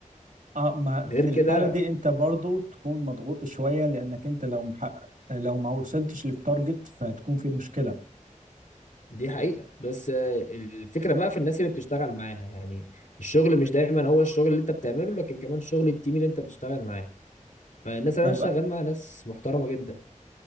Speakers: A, on the right; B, on the left.
A: اه ما في
B: غير كده
A: الحالة دي انت برضو تكون مضغوط شوية لانك انت لو محقق لو ما وصلتش للتارجت فهتكون في مشكلة
B: دي حقيقة بس آه، الفكرة بقى في الناس اللي بتشتغل معاها يعني الشغل مش دايما هو الشغل اللي انت بتعمله لكن كمان شغل التيم اللي انت بتشتغل معاه فالناس اللي
A: ببقى
B: انا شغال معاها ناس محترمة جدا